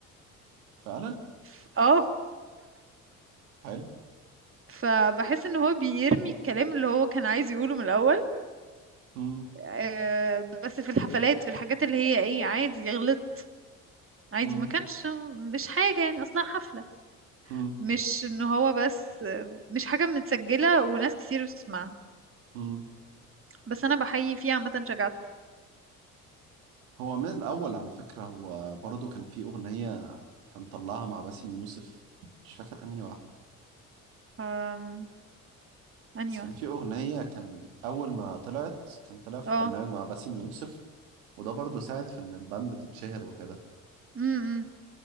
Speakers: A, on the right; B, on the right.
A: فعلا
B: ف- اه
A: حلو
B: فبحس ان هو بيرمي الكلام اللي هو كان عايز يقوله من الاول
A: مم.
B: آه، بس في الحفلات في الحاجات اللي هي ايه عادي غلط عادي
A: مم.
B: ما كانش مش حاجة يعني اصلا حفلة
A: مم.
B: مش ان هو بس آه، مش حاجة متسجلة وناس كتير بتسمعها
A: مم.
B: بس انا بحيي فيها عامة شجاعته
A: هو من الأول على فكرة هو برضه كان في أغنية كان طلعها مع باسم يوسف مش فاكر أنهي واحدة
B: أم... انهي
A: بس كان
B: واحدة
A: في أغنية كان أول ما طلعت كان طلع في
B: اه
A: برنامج مع باسم يوسف وده برضه ساعد في إن الباند تتشهر وكده
B: امم